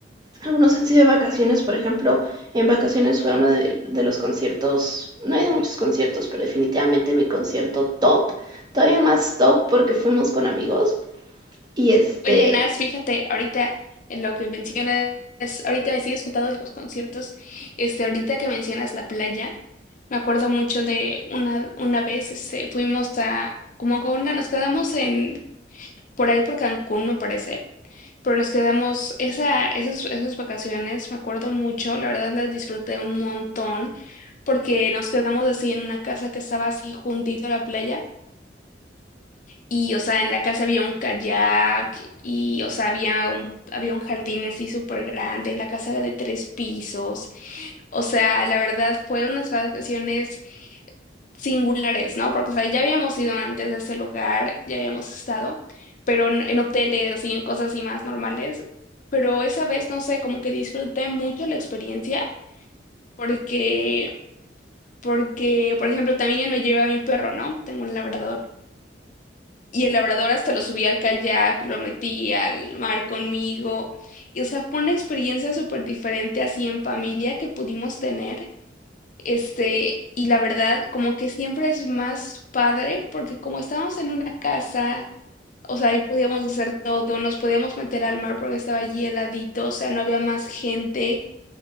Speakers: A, on the right (about 25°); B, on the left (about 45°).
A: Algunos han sido de vacaciones, por ejemplo, en vacaciones fue uno de, de los conciertos, no he ido a muchos conciertos, pero definitivamente mi concierto top, todavía más top porque fuimos con amigos. Y este,
B: Oye, Nas, fíjate, ahorita en lo que mencionas, ahorita me sigues contando de los conciertos, este, ahorita que mencionas la playa, me acuerdo mucho de una, una vez, este, fuimos a, como con una, nos quedamos en, por ahí por Cancún, me parece, pero nos quedamos, esa, esas, esas vacaciones, me acuerdo mucho, la verdad las disfruté un montón, porque nos quedamos así en una casa que estaba así juntito a la playa, y, o sea, en la casa había un kayak y, o sea, había un, había un jardín así súper grande, la casa era de tres pisos. O sea, la verdad fue unas vacaciones singulares, ¿no? Porque, o sea, ya habíamos ido antes a ese lugar, ya habíamos estado, pero en, en hoteles, así, en cosas así más normales. Pero esa vez, no sé, como que disfruté mucho la experiencia porque, porque, por ejemplo, también me llevé a mi perro, ¿no? Tengo un labrador. Y el labrador hasta lo subí al kayak, lo metí al mar conmigo. Y, o sea, fue una experiencia súper diferente así en familia que pudimos tener. Este, y la verdad, como que siempre es más padre porque como estábamos en una casa, o sea, ahí podíamos hacer todo, nos podíamos meter al mar porque estaba allí heladito, o sea, no había más gente.